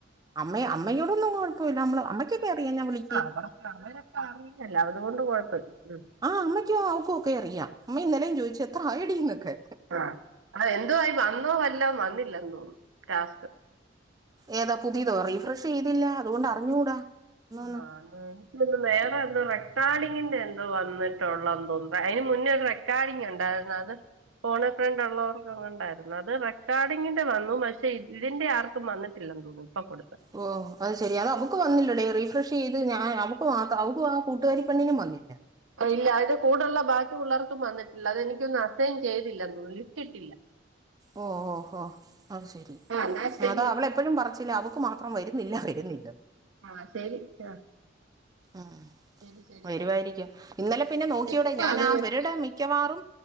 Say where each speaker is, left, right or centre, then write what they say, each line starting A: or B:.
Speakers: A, on the right; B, on the right.
A: അമ്മ അമ്മയോടൊന്നും കുഴപ്പമില്ല നമ്മള്- അമ്മക്കൊക്കെയറിയാെ ഞാൻ വിളി
B: അല്ലാത അവരൊക്കെ അറിയാലോ അത് കൊണ്ട് കൊഴപ്പില്ല ഉം
A: ആഹ് അമ്മയ്ക്കോ അവക് ഒക്കെ അറിയാം അമ്മ ഇന്നലെയും ചോയിച്ചു എത്ര ആയെടിന്നൊക്കെ.
B: ആ അ എന്തു ആ വന്നോ അല്ല വന്നില്ലന്ന് തോന്നുന്നു ലാ സ്റ്റ്
A: ഏതാ പുതിയതോ റീഫ്രഷ് ചെയ്തില്ല അതുകൊണ്ട് അറിഞ്ഞുകൂടാ. എന്നൊന്ന്
B: ആഹ് എനി നേറെ എന്തോ റെക്കോർഡിങ്ങിന്റെ എന്തോ വന്നിട്ടുള്ള എന്തോ അതിന് മുന്നേരു റക്കാർഡിങ്ങ് ഉണ്ടായിരുന്നു അത് ഫോൺ എ ഫ്രണ്ട് ഉള്ളവർക്കണ്ടായിരുന്നു അത് റെക്കോർഡിങ്ങിന്റെ വന്നു പക്ഷെ ഇതിന്റെ ആർക്കും വന്നിട്ടില്ല തോന്നുന്നു പ്പ കൊടുത്തത്
A: ഓ അത് ശരി അത് അവക്ക് വന്നില്ലടേ റീഫ്രഷ് ചെയ്ത് ഞാൻ അപ്പൊ ആ അവക്കും ആ കൂട്ടുകാരി പെണ്ണിനും വന്നില്ല
B: ഇല്ല അതിന്റെ കൂടുള്ള ബാക്കി ഉള്ള പിള്ളർക്കും വന്നിട്ടില്ല അതെനിക്കൊന്ന് ണ്‌ അത് അസൈൻ ചെയ്തില്ലന്ന ലിസ്റ്റ് ഇട്ടില്ല <inaudible> ഇല്ല
A: ഓ ഓ ഓ അത് ശരി
B: ആ എന്നാ ശരി
A: അത അവളെ എപ്പോഴും പറച്ചില അവക്ക് മാത്രം വരുന്നില്ല വരുന്നില്ല.
B: ആഹ് ശരി ആ
A: ആഹ്
B: ശരി ശരി
A: വരുവായിരിക്കും
B: ആ
A: ഇന്നലെ പിന്നെ നോക്കിയാടെ
B: വെക്കുവാണ്
A: ഞാൻ ആ അവരുടെ മിക്കവാറും.